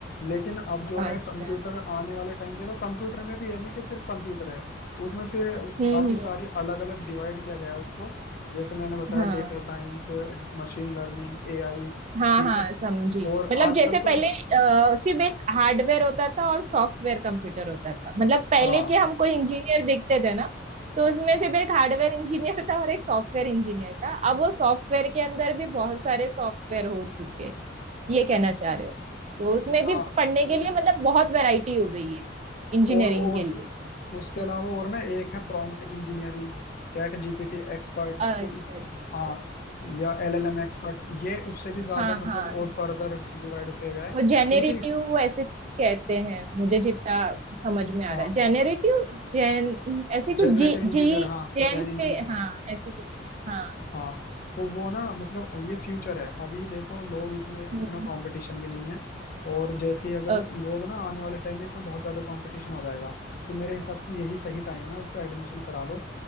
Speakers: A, on the left (about 50°); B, on the right (about 35°).
A: लेकिन अब जो है
B: अच्छा
A: कंप्यूटर आने वाले टाइम देखो कंप्यूटर में भी ये नहीं कि सिर्फ कंप्यूटर है उसमें फिर
B: हम्म
A: काफी
B: हम्म
A: सारी अलग अलग डिवाइड किया गया है उसको जैसे मैंने बताया
B: हाँ
A: data science machine learning AI ठीक
B: हाँ हाँ
A: है
B: समझी
A: और
B: मतलब
A: आजकल
B: जैसे
A: तो
B: पहले अ, सिर्फ एक हार्डवेयर होता था और सॉफ्टवेयर कंप्यूटर होता था मतलब पहले
A: हाँ
B: के हम कोई इंजीनियर देखते थे ना तो उसमें सिर्फ एक हार्डवेयर इंजीनियर था और एक सॉफ्टवेयर इंजीनियर था अब वो सॉफ्टवेयर के अंदर भी बहुत सारे सॉफ्टवेयर हो चुके हैं ये कहना चाह रहे हो तो उसमें
A: हाँ
B: भी पढ़ने के
A: और
B: लिए मतलब बहुत वैरायटी हो गई है इंजीनियरिंग
A: और और
B: के लिए
A: उसके अलावा और ना एक है prompt engineering ChatGPT expert
B: अच्छा
A: तो इस
B: अच्छा अच्छा।
A: हाँ या एलएलएम एक्सपर्ट ये उससे भी ज्यादा
B: हाँ
A: मतलब
B: हाँ
A: और फर्दर डिवाइड किया गया है क्योंकि
B: वो जेनेरेटिव ऐसे कुछ कहते हैं मुझे जितना समझ में आ
A: हाँ
B: रहा है जेनेरेटिव जेन ऐसे कुछ
A: जनरेटिव
B: जी
A: इंजीनियर
B: जी
A: हाँ
B: जेन
A: जैन
B: से
A: इंजीनियर
B: हाँ ऐसे कुछ हाँ
A: हाँ तो वो ना मतलब ये फ्यूचर है अभी देखो लोग इसमें
B: हम्म
A: इतना कंपटीशन भी नहीं है और जैसे ही अगर
B: ओके,
A: लोग ना आने वाले टाइम में इसमें बहुत ज्यादा कंपटीशन हो जाएगा तो मेरे हिसाब से यही सही टाइम है उसका एडमिशन करा लो